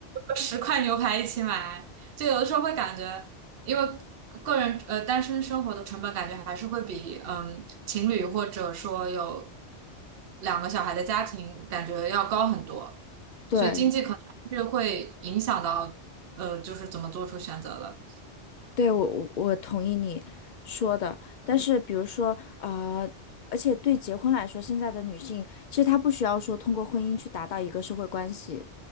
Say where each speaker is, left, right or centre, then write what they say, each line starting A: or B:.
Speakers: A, on the right (about 60°); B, on the left (about 55°).
A: 十块牛排一起买，就有的时候会感觉，因为个个人呃单身生活的成本，感觉还是会比嗯情侣或者说有两个小孩的家庭感觉要高很多，
B: 对，
A: 所以经济可能是会影响到呃就是怎么做出选择的。
B: 对，我我我同意你说的，但是比如说，呃，而且对结婚来说，现在的女性其实她不需要说通过婚姻去达到一个社会关系，